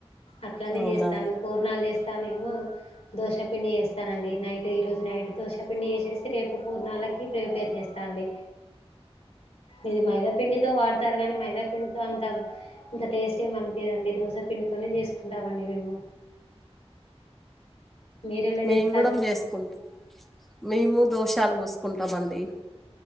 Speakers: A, on the left; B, in the centre.
A: అట్లనే
B: అవునా!
A: జేస్తాను పూర్నాలు చేస్తానేమో దోశపిండి చేస్తానండి నైట్ ఈ రోజు నైట్ దోశపిండి చేసేసి రేపు పూర్నలకి ప్రిపేర్ చేస్తాండి ఇది మైదాపిండితో వాడతారు గని మైదాపిండితో అంత ఇంత టేస్టేమని మేం దోశ పండితోనే చేసుకుంటామండి మేము మీరు ఎలా
B: మేము
A: చేస్తారు
B: గూడా చేసుకుం మేము దోషాలు వోస్కుంటామండి